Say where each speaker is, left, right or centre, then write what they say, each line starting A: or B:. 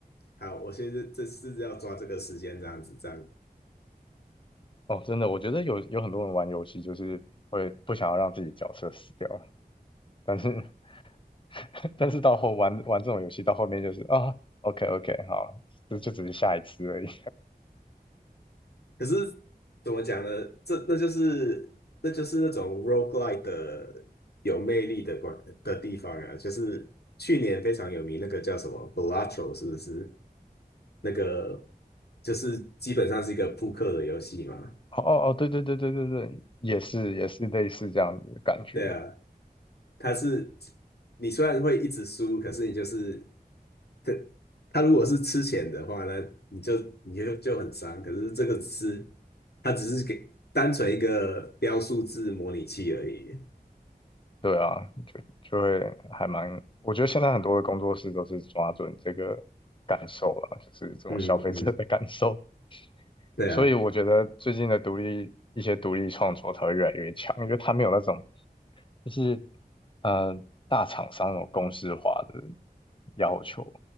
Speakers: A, on the left (about 85°); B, on the left (about 30°).
A: 好，我现在这是要抓这个时间这样子，这样
B: 哦，真的，我觉得有有很多人玩游戏就是会不想要让自己角色死掉，但是 <laughs> 但是到后玩玩这种游戏到后面就是啊，OK OK，好，这就只是下一次而已。
A: 可是怎么讲呢？这那就是那就是那种 roguelike 的有魅力的关的地方啊，就是去年非常有名那个叫什么 Balatro，是不是？那个就是基本上是一个扑克的游戏嘛。
B: 哦哦哦，对对对对对对，也是也是类似这样子的感觉，
A: 对啊，它是你虽然会一直输，可是你就是它它如果是吃钱的话呢，你就你就就很伤。可是这个只是它只是给单纯一个标数字模拟器而已。
B: 对啊，就就会还蛮，我觉得现在很多的工作室都是抓准这个感受了，就是这种消费者的感受，
A: 嗯嗯，对啊，
B: 所以我觉得最近的独立一些独立创作才会越来越强，因为它没有那种就是呃大厂商那种公式化的要求，